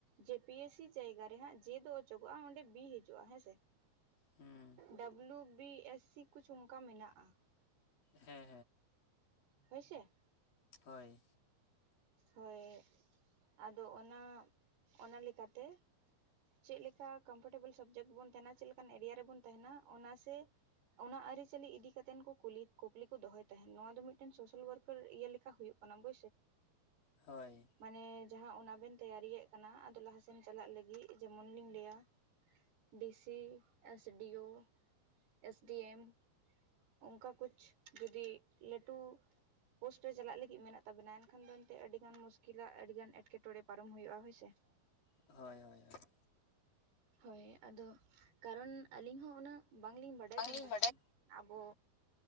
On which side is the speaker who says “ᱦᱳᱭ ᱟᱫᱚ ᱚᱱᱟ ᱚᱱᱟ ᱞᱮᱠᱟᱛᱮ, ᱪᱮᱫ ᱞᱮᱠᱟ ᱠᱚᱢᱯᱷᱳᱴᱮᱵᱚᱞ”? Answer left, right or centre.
Right